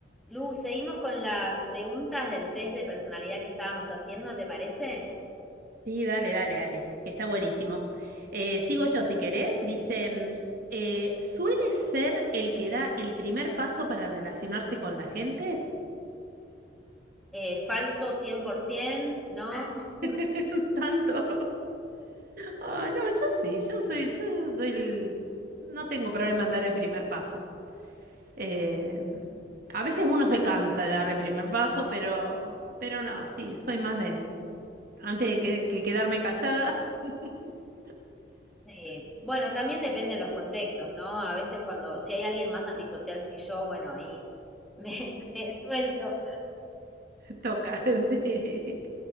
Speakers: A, in the centre; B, on the right.
A: Lu, seguimos con las preguntas del test de personalidad que estábamos haciendo, ¿te parece?
B: Sí, dale, dale, dale, que está buenísimo. Eh, sigo yo si querés. Dice, mm, eh, ¿suele ser el que da el primer paso para relacionarse con la gente?
A: Eh, falso 100%, ¿no? <laughs>
B: <laughs> Tanto. <laughs> Ah, no, yo sí, yo soy, yo doy el- no tengo problema en dar el primer paso. Eh, a veces uno se cansa de dar el primer paso, pero, pero no, sí, soy más de, antes de que que quedarme callada, <laughs>
A: Sí. Bueno, también depende de los contextos, ¿no? A veces cuando, si hay alguien más antisocial que yo, bueno, ahí me, <laughs> me suelto.
B: toca, <laughs> sí.